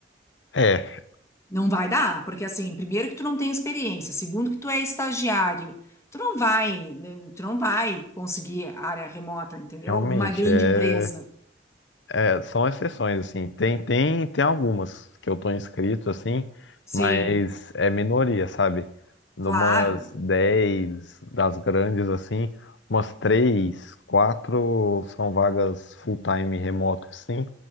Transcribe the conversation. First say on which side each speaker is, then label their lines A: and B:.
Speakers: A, on the left (about 75°); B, on the left (about 15°).
A: É,
B: Não vai dar, porque assim, primeiro que tu não tem experiência, segundo que tu é estagiário. Tu não vai, né, tu não vai conseguir área remota, entendeu?
A: realmente,
B: Numa grande
A: é.
B: empresa.
A: É, são exceções, assim. Tem, tem, tem algumas que eu tô inscrito, assim,
B: Sim,
A: mas é minoria, sabe? Numas
B: claro,
A: 10 das grandes, assim, umas 3 4 são vagas full-time remoto, assim,